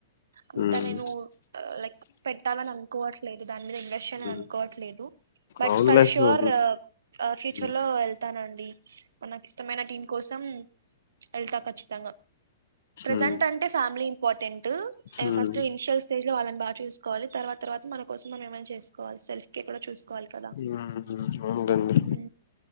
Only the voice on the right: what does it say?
అంతా
నేను లైక్ పెట్టాలని అనుకోవట్లేదు దాని మీద ఇన్వెస్ట్ చేయాలని
అనుకోవట్లేదు బట్
ఫర్ షూర్
ఆ ఫ్యూచర్
లో వెళ్తానండి నాకు ఇష్టమైన టీం కోసం వెళ్తా ఖచ్చితంగా ప్రజెంట్
అంటే ఫ్యామిలీ ఇంపార్టెంట్ ట్
ఫస్ట్ ఇనిషిల్ స్టేజలో వాళ్ళని బాగా చూ సుకోవాలి. తర్వాత తర్వాత మన కోసం మనం ఏమ చేస్ వాళ్ల సెల్ఫ్ కే కూడా చూసుకోవాలి కదా
ఉ